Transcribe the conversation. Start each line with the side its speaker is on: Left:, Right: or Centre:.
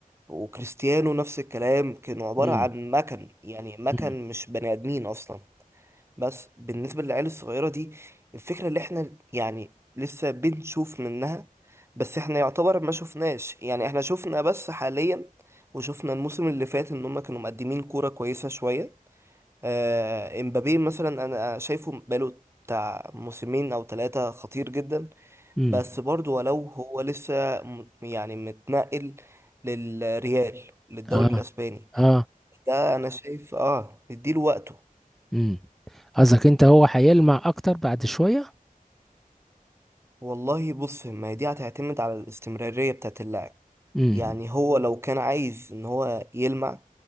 Right: وكريستيانو نفس الكلام كانوا عبارة
Centre: امم
Right: عن مكن يعني مكن
Centre: امم
Right: مش بني آدمين أصلا بس بالنسبة للعيال الصغيرة دي الفكرة اللي احنا يعني لسه بنشوف منها بس احنا يعتبر ما شفناش يعني احنا شفنا بس حاليا وشفنا الموسم اللي فات ان هم كانوا مقدمين كورة كويسة شوية آه امبابي مثلا انا شايفه بقاله بتاع موسمين او ثلاثة خطير جدا
Centre: امم
Right: بس برضو ولو هو لسه م- يعني متنقل للريال للدوري
Centre: اه
Right: الاسباني
Centre: اه
Right: ده انا شايف اه نديله وقته
Centre: امم قصدك انت هو هيلمع اكتر بعد شوية
Right: والله بص ما هي دي هتعتمد على الاستمرارية بتاعت اللاعب
Centre: امم
Right: يعني هو لو كان عايز ان هو يلمع